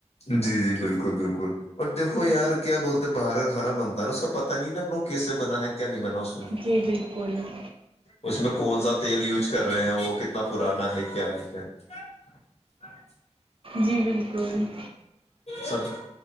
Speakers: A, on the left (about 60°); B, on the right (about 50°).
A: جی جی بالکل بالکل اور دیکھو یار <inaudible> کیا بولتے باہر <inaudible> گانا بنتا ہےا اس کا پتا نہیں نا اپ کو کیس سے بنا ہے کیا نہیں بنا اس میں
B: جی بالکل <inaudible>
A: اس میں کون سا تیل یوز کر رہے ہیں وہ کتنا پرانا ہے کیا ہے کیا نہیں <inaudible>
B: جی بالکل <inaudible>
A: سب